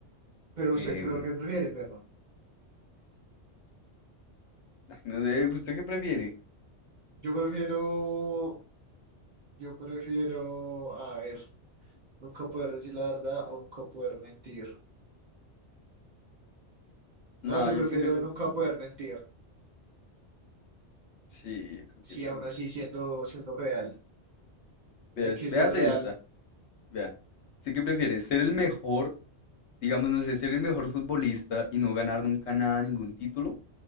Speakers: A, on the right (about 50°); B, on the left (about 70°).
A: Pero
B: em,
A: usted, ¿pero qué prefiere, perro?
B: ay, no sé, ¿usted qué prefiere?
A: Yo prefiero, yo prefiero, a ver, nunca poder decir la verdad o nunca poder mentir.
B: No,
A: No, yo
B: yo
A: prefiero
B: prefiero.
A: nunca poder mentir.
B: Sí, yo creo
A: Sí,
B: que también.
A: aún así siendo, siendo real.
B: Veas,
A: Hay que
B: veas
A: ser real.
B: esta. Vea. ¿Usted qué prefiere? ¿Ser el mejor, digamos, no sé, ser el mejor futbolista y no ganar nunca nada, ningún título?